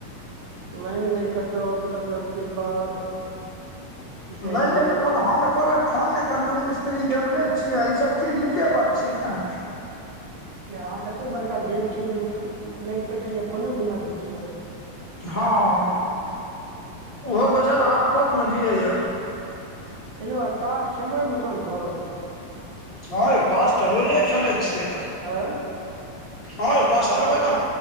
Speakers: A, on the right (about 75°); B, on the left (about 45°).
A: लाइन नहि कटल तकर के बाद की
B: <unintelligible>
A: कहै
B: कोइ
A: छै
B: बेर फोन नहि करलहुँ, मिस्त्रीके बुझै छियै ईसभ चीज नीके बात छीय नै।
A: किए अहाँ तऽ एतेक बड़का झेल छियै, जे ओ लाइन कटैए फोने घुमा दै छियै।
B: हाँ, ओहो बेचारा आफत मे जियैया।
A: हे यौ आइ ताश खेलबै मचानपर।
B: हाँ यौ ताश तऽ रोजे खेलैत छियै तऽ
A: आँय
B: हँ यौ
A: ताश,
B: खेलबै ने